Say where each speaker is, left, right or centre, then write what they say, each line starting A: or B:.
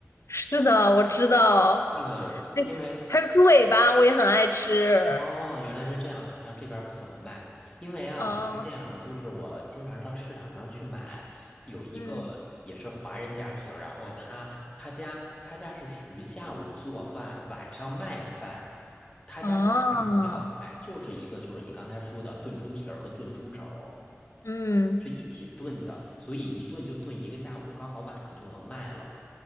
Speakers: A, on the left (about 70°); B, on the left (about 20°).
A: 是的，我知道，
B: 那个，因为
A: 还有猪尾巴，我也很爱吃。
B: 哦，原来是这样，好像这边儿不怎么卖，因为啊是这样，
A: 啊，
B: 就是我经常上市场上去买，有一个也是华人家庭，
A: 嗯，
B: 然后他他家他家是属于下午做饭，晚上卖饭，他家就卖一道菜就是一个就是你刚才说的炖猪蹄儿和炖猪肘儿，
A: 啊，嗯，
B: 是一起炖的，所以一炖就炖一个下午，刚好晚上就能卖了。